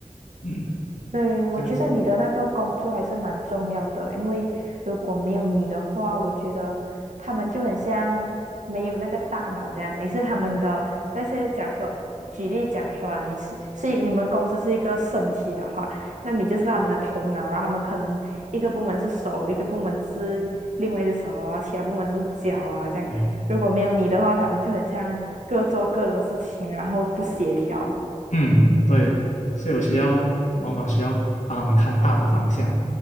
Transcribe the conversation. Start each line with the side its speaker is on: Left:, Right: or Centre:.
Left: 嗯，
Right: 对，我觉得你的那个工作还是蛮重要的，
Left: 这样子，
Right: 因为如果没有你的话，我觉得他们就很像没有那个大脑这样。你是他们的那些讲说，举例讲说啊，你是是你们公司是一个身体的话，那你就是他们的头脑，然后他们可能一个部门是手，一个部门是另外一只手啊，然后其他部门是脚啊这样。
Left: 对，
Right: 如果没有你的话，他们就很像各做各的事情，然后不协调。
Left: 嗯，对，所以我需要往往需要帮他们看大的方向，